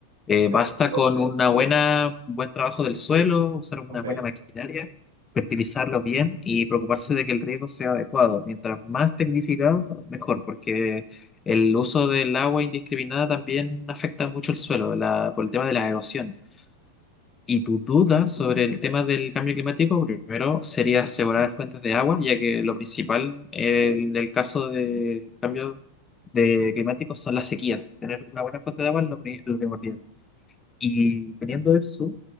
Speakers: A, on the left; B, on the right.
A: Eh,
B: Ok.
A: basta
B: Pues,
A: con una buena, un buen trabajo del suelo, usar una
B: ok.
A: buena maquinaria fertilizarlo bien y preocuparse de que el riego sea adecuado. Mientras más tecnificado, mejor, porque el uso del agua indiscriminada también afecta mucho el suelo la- por el tema de la erosión. Y tu duda sobre el tema del cambio climático, primero sería asegurar fuentes de agua, ya que lo principal eh, en el caso de cambio de climático son las sequías. Tener una buena fuente de agua es lo pri- lo primordial. Y teniendo eso,